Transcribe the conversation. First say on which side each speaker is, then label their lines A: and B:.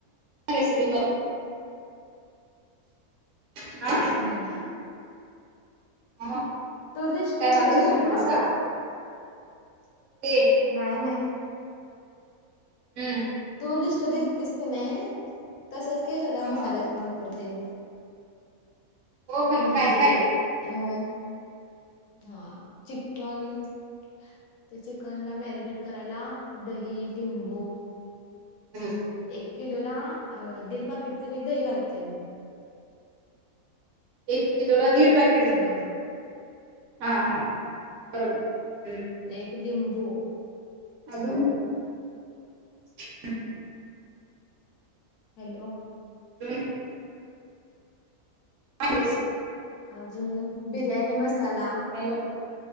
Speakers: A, on the right; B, on the left.
A: <unintelligible> रेसिपी मला मला हा
B: एक मिनिट हा
A: ह हो
B: तू लिस्ट
A: काय
B: दिलेलीस
A: वाचून सांगणारयस
B: बघ
A: का?, ओके.
B: नाय नाय
A: हम्म
B: तू लिस्ट दिलतीस कनय? तसच के सगळ्या
A: हा
B: मसाल्यात वापर करते मी
A: हो पण
B: म्हणजे,
A: काय काय
B: <unintelligible> हा, चिकन त चिकन ला मॅरिनेट करायला दही, लिंबू
A: हम्
B: एक किलोला अ दीड पाकीट तरी दही घालतेय मी
A: एक किलो ला दीड पॅके
B: हॅलो.
A: हा -हा बरोबर, हम्म
B: एक लिंबू
A: अजून? <inaudible>
B: हॅलो?
A: हम्म रेसिप
B: अजून, बिर्याणी मस चला,
A: हॅलो